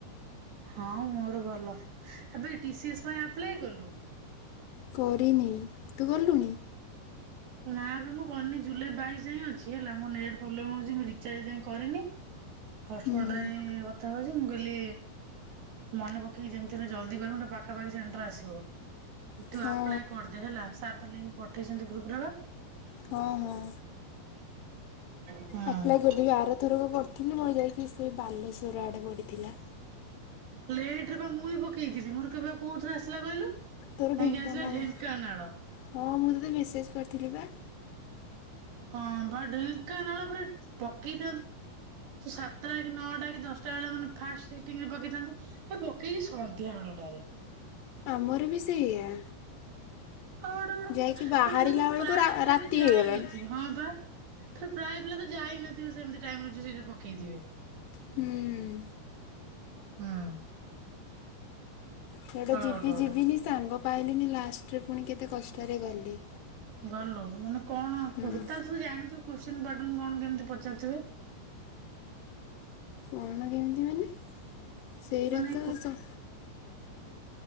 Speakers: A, on the right (about 80°); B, on the left (about 70°).
A: ହଁ ମୋର ଭଲ ଆବେ ଟି ସି ଏସ ପାଇଁ ଆପ୍ଲାଏ କଲୁ?
B: କରିନି ତୁ କଲୁଣି?
A: ନା ବେ ମୁଁ କରିନି ଜୁଲାଇ ବାଇଶ ଯାଇ ଅଛି ହେଲା, ମୁଁ ନେଟ୍ ପ୍ରୋବେଲମ୍ ହଉଛି ମୁଁ ରିଚାର୍ଜ ଏ ଯାଏ କରିନି ହର୍ଟସ୍ପଟ୍
B: ହୁଁ।
A: ରେ କଥା ହଉଛି ମୁଁ କହଲି ମନେ ପକେଇକି ଯେମିତି ହେଲେ, ଜଲ୍ଦି କରିବି ଗୋଟେ ପାଖାପାଖି ସେଣ୍ଟର ଆସିବ। ତୁ
B: ହଁ
A: ଆପ୍ଲାଏ କରିଦେ ହେଲା, ସାର୍ ତ ଲିଙ୍କ୍ ପଠେଇଛନ୍ତି ଗ୍ରୁପ ରେ ପା
B: ହଁ ହଁ।
A: ହୁଁ।
B: ଆପ୍ଲାଏ କରିଦେବି। ଆର ଥରକ କରିଥିଲି ମ ଯାଇକି ସେ ବାଲେଶ୍ଵର ଆଡେ ପଡିଥିଲା।
A: ଲେଟ ରେ ବା ମୁଁ ବି ପକେଇଥିଲି, ମୋର କେବେ କୋଉଥିରେ ଆସିଲା କହିଲୁ।
B: ତୋର
A: ଯାଇକି
B: ଢେଙ୍କାନାଳ,
A: ଆସିଲା ଢେଙ୍କାନାଳ।
B: ହଁ ମୁଁ ତତେ ମେସେଜ କରିଥିଲି ପା
A: ହଁ ବା ଢେଙ୍କାନାଳ ପୁରା ପକେଇ ସାତ ଟା କି ନଅ ଟା କି ଦଶ ଟା ବେଳେ, ମାନେ ଫାଷ୍ଟ ସିଟିଂ ରେ ପକେଇଥାନ୍ତୁ ପକେଇ ସନ୍ଧ୍ୟା ବେଳଟାରେ।
B: ଆମର ବି ସେଇଆ।
A: ହଉ ଗୋଟେ
B: ଯାଇକି
A: ଗୋଟେ
B: ବାହାରିଲା
A: ମାନେ ଦେଖ
B: ବେଳକୁ
A: ପ୍ରାୟ
B: ରା
A: ପିଲା
B: ରାତି
A: ବି ଯାଇନଥିବେ
B: ହେଇଗଲାଣି
A: ହଁ ବା। ପ୍ରାୟ ପିଲା ତ ଯାଇ ନଥିବ ସେମତି ଟାଇମ ସେ ଯଉ ପକେଇଥିବେ।
B: ହୁଁ
A: ହଁ।
B: ସେଟା ଯିବି
A: ଗୋଟେ ଗୋଟେ
B: ଯିବିନି ସାଙ୍ଗ ପାଇଲିନି, ଲାଷ୍ଟରେ ପୁଣି କେତେ କଷ୍ଟରେ ଗଲି।
A: ଗଲୁ ମାନେ କଣ <unintelligible>
B: ହୁଁ
A: ତୁ ଜାଣିଥୁବୁ କୋ ଶ୍ଚିନ ପାଟର୍ଣ୍ଣ କଣ କେମତି ପଚାରୁଥିବେ?
B: କଣ କେମିତି ମାନେ ସେଇରା
A: ମାନେ
B: ତ ସ